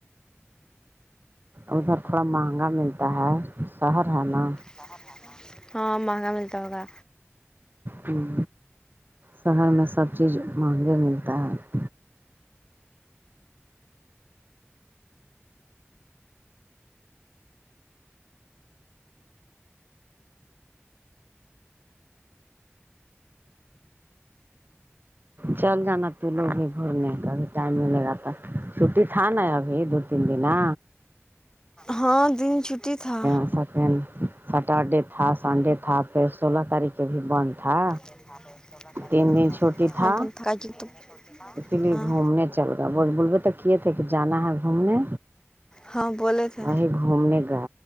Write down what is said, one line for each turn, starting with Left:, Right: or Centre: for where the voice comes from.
Right: ادھر تھوڑا مہنگا ملتا ہے شہر ہے نا
Left: شہر ہے نہ ہاں مہنگا ملتا ہوگا
Right: ہوں شہر میں سب چیز مہنگے ملتا ہے چل جانا تو لوگ ہی گھومنےبھی ٹائم ملے گا تو چھٹی تھا نا ابھی دو تین دنا
Left: ہاں جی چھٹی تھا
Right: <unintelligible> سٹرڈے تھا سنڈے تھا پھر سولہ تاریخ کے بھی بند تھا
Left: <unintelligible>
Right: تین دن چھوٹی
Left: ہاں
Right: تھا
Left: بہت تھکا تو
Right: اسی لیے
Left: ہاں
Right: گھومنے چل گا بولوے تو کیے تھے کہ جانا ہے گھومنے
Left: ہاں بولے تھے
Right: وہی گھومنے گا